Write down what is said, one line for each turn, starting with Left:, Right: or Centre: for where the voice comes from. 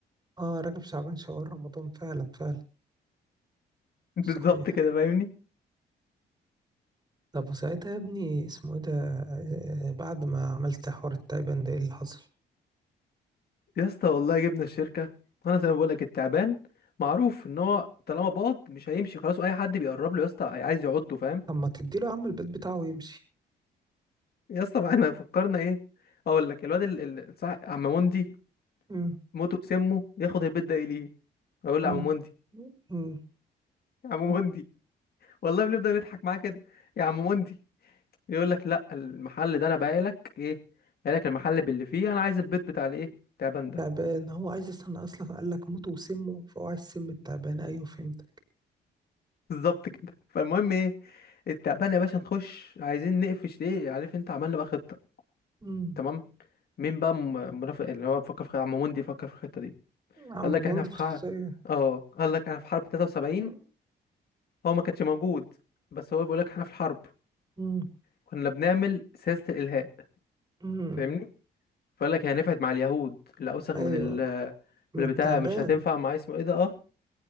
Right: أه رجب شعبان شوال رمضان فعلا فعلا
Left: <laughs> بالظبط
Right: صحيح
Left: كده فاهمني
Right: طب وساعتها يا ابني اسمه إيه ده آه، بعد ما عملت حوار التايبان ده إيه اللي حصل؟
Left: يا اسطى والله جبنا الشركه وانا زي ما بقول لك التعبان معروف ان هو طالما باض مش هيمشي خلاص واي حد بيقرب له يا اسطى هي- عايز يعضه فاهم
Right: طب ما تديله يا عم البيت بتاعه ويمشي
Left: يا اسطى ما احنا فكرنا ايه اقول لك الواد ال- ال- صح عم موندي
Right: مم.
Left: موته بسمه ياخد البيت ده اليه اقول
Right: مم.
Left: له يا عم موندي
Right: مم.
Left: يا عم موندي والله بنفضل نضحك معاه كده يا عم موندي يقول لك لا المحل ده انا بايع لك ايه بايع لك المحل باللي فيه انا عايز البيت بتاع الايه التعبان ده
Right: تعبان هو عايز اصلا اصلا قال لك موته وسمه فهو عايز سم التعبان ايوه فهمتك
Left: بالظبط كده فالمهم ايه التعبان يا باشا نخش عايزين نقفش ايه عارف انت عملنا بقى خطه
Right: امم
Left: تمام مين بقى م- منافق اللي هو فكر في خ- عم موندي فكر في الخطه دي
Right: عم
Left: قال
Right: بموند
Left: لك احنا في حرب
Right: شخصيا
Left: اه قال لك احنا في حرب 73
Right: مم.
Left: هو ما كانش موجود بس هو بيقول لك احنا في الحرب
Right: مم.
Left: كنا بنعمل سياسه الالهاء
Right: مم.
Left: فاهمني فقال لك هي نفعت مع اليهود لا اوسخ
Right: ايوه
Left: من ال
Right: من
Left: من البتاع
Right: التعبان
Left: مش هتنفع مع اسمه ايه ده اه